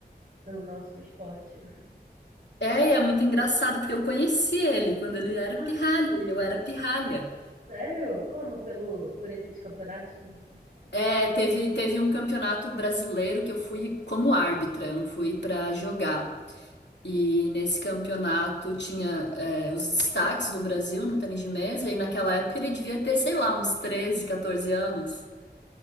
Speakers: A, on the right; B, on the left.
A: pelo nosso esporte.
B: É, e é muito engraçado, porque eu conheci ele quando ele era
A: <gasps>
B: pirralho e eu era pirralha.
A: Sério? Como? Pelo, por esses campeonatos que você participava?
B: É, teve, teve um campeonato brasileiro que eu fui como árbitra, eu não fui pra jogar. E nesse campeonato tinha, é, os destaques do Brasil no tênis de mesa, e naquela época ele devia ter, sei lá, uns 13, 14 anos.